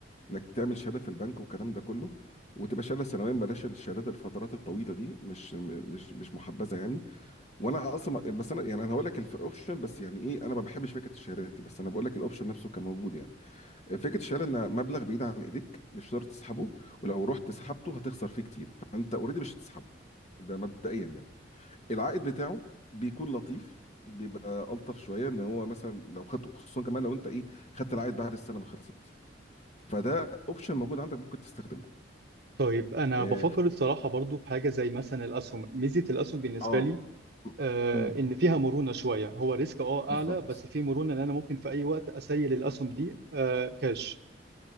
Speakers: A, on the left; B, on the right.
A: انك تعمل شهاده في البنك والكلام ده كله وتبقى شهاده سنويا بلاش الشهادات الفترات الطويله دي مش م- مش مش محبذه يعني وانا اصلا بس انا يعني انا هقول لك الاوبشن بس يعني ايه انا ما بحبش فكره الشهادات بس انا بقول لك الاوبشن نفسه كان موجود يعني فكره الشهاده ان مبلغ بعيد عن ايديك مش هتقدر تسحبه ولو رحت سحبته هتخسر فيه كتير فانت اوريدي مش هتسحبه ده مبدئيا يعني العائد بتاعه بيكون لطيف بيبقى الطف شويه ان هو مثلا لو خدت خصوصا كمان لو انت ايه خدت العائد بعد السنه ما خلصت فده اوبشن موجود عندك ممكن تستخدمه
B: طيب أنا
A: اه
B: بفكر الصراحة برضو في حاجة زي مثلا الأسهم، ميزة الأسهم بالنسبة
A: آه.
B: لي
A: م-
B: آه،
A: م.
B: إن فيها مرونة شوية، هو ريسك أه
A: بالظبط
B: أعلى بس في مرونة إن أنا ممكن في أي وقت أسيل الأسهم دي آه، كاش.